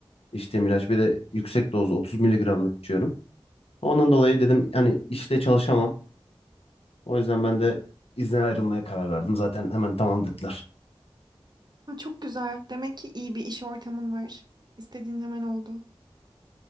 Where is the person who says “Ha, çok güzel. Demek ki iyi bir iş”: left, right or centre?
Right